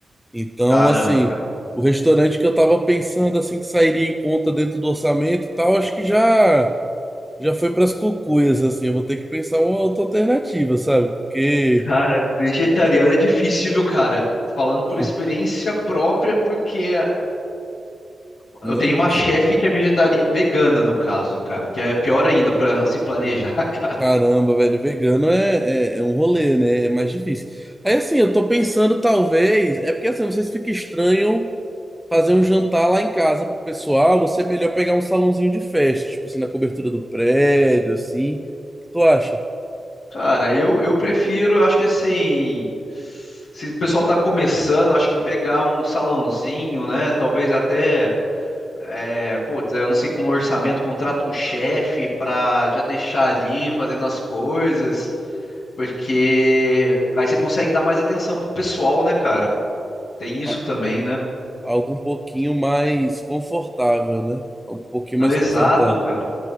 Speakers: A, in the centre; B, on the left.
A: Então,
B: Caramba,
A: assim,
B: cara.
A: o restaurante que eu tava pensando, assim, que sairia em conta dentro do orçamento e tal, acho que já já foi pras cucuias, assim. Eu vou ter que pensar uma outra alternativa, sabe? Porque,
B: Cara, vegetariano é difícil, viu, cara? Falando
A: pô,
B: por experiência própria, porque
A: não
B: eu tenho
A: é
B: uma
A: isso.
B: chefe que é vegetariana, vegana no caso, cara, que é pior ainda pra se planejar, <laughs> cara.
A: Caramba, velho, vegano é, é, é um rolê, né? É mais difícil. Aí, assim, eu tô pensando, talvez. É porque, assim, eu não sei se fica estranho. fazer um jantar lá em casa pro pessoal, você é melhor pegar um salãozinho de festa, tipo assim, na cobertura do prédio, assim. O que Tu acha?
B: Cara, eu, eu prefiro, acho que assim, se o pessoal tá começando, acho que pegar um salãozinho, né? Talvez até, é, putz, eu não sei com orçamento, contrata um chefe pra já deixar ali fazendo as coisas, porque aí você consegue dar mais atenção pro pessoal, né, cara? Tem isso
A: A-
B: também, né?
A: Algo um pouquinho mais confortável, né? Algo um pouquinho
B: Ah,
A: mais
B: Exato,
A: confortável.
B: cara.